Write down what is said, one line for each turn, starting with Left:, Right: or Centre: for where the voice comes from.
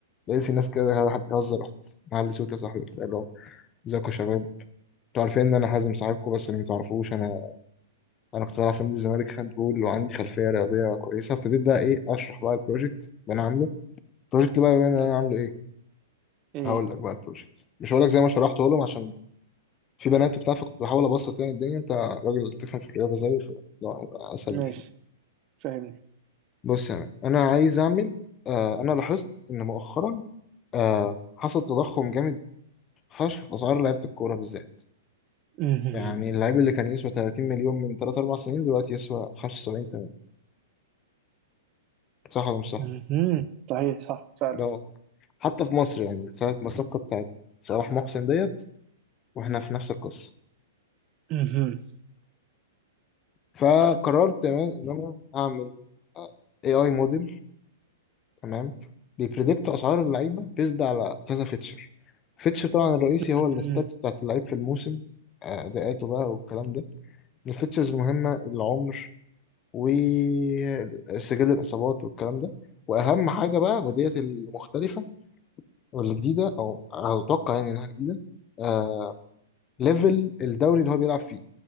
Left: لقيت في ناس كده واحد بيهزر رحت معلي صوتي يا صاحبي رحت قال لهم ازيكم يا شباب انتوا عارفين ان انا حازم صاحبكم بس اللي متعرفوش انا انا كنت بلعب في نادي الزمالك هاند بول وعندي خلفيه رياضيه كويسه ابتديت بقى ايه اشرح بقى البروجكت اللي انا عامله البروجكت بقى اللي انا
Right: مم.
Left: عامله ايه
Right: ايه
Left: هقول لك بقى البروجكت مش هقول لك زي ما شرحته لهم عشان في بنات وبتاع فكنت بحاول ابسط يعني الدنيا انت راجل تفهم في الرياضه زيي فلا هيبقى اسهل
Right: ماشي
Left: بكتير
Right: فاهمني
Left: بص يعني انا عايز اعمل آه انا لاحظت ان مؤخرا آه حصل تضخم جامد فشخ في اسعار لعيبه الكوره بالذات
Right: مهم.
Left: يعني اللعيب اللي كان يسوى 30 مليون من 3 4 سنين دلوقتي يسوى 75 صح ولا مش صح
Right: مهم. صحيح صح فعلا
Left: ده واقع حتى في مصر يعني ساعة ما الصفقة بتاعت صلاح محسن ديت واحنا في نفس القصة
Right: مهم.
Left: فقررت تمام ان انا اعمل اي اي موديل تمام بيبريدكت اسعار اللعيبة بيزد على كذا فيتشر فيتشر طبعا الرئيسي هو
Right: مهم.
Left: الستاتس بتاعت اللعيب في الموسم آه، اداءاته بقى والكلام ده من الفيتشرز المهمة العمر وسجل الاصابات والكلام ده واهم حاجة بقى وديت المختلفة والجديدة او هتوقع يعني انها جديدة آه، ليفل الدوري اللي هو بيلعب فيه